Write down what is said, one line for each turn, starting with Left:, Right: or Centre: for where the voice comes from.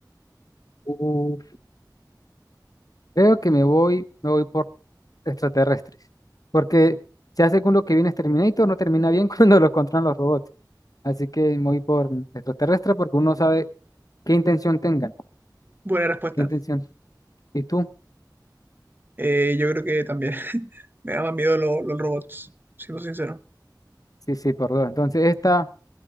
Left: Uf, creo que me voy, me voy por extraterrestres. Porque ya según lo que viene es Terminator, no termina bien <laughs> cuando lo controlan los robots. Así que me voy por extraterrestre porque uno sabe qué intención tengan,
Right: Buena respuesta.
Left: qué intención. ¿Y tú?
Right: Eh, yo creo que también <laughs> me da más miedo lo- los robots, siendo sincero.
Left: Sí, sí, por dos. Entonces esta,